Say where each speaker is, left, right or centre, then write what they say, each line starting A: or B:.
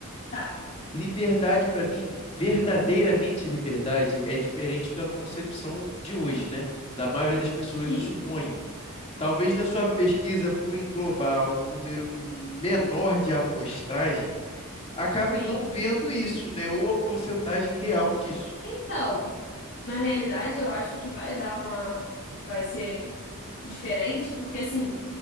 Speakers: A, on the left (about 60°); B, on the left (about 30°).
A: Tá.
B: Liberdade para mim, verdadeiramente liberdade é diferente da concepção de hoje, né? Da maioria das pessoas,
A: Sim.
B: eu suponho. Talvez na sua pesquisa, por englobar um número menor de amostragem, acabe
A: Sim.
B: não vendo isso, né? Ou a porcentagem real disso.
A: Então, na realidade, eu acho que vai dar uma. Vai ser diferente, porque assim,